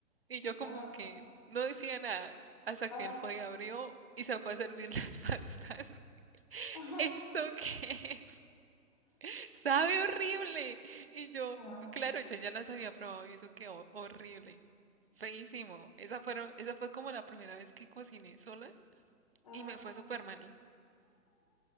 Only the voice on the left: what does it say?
Ajá,
ajá,
<laughs>
ajá, ajá.
ajá.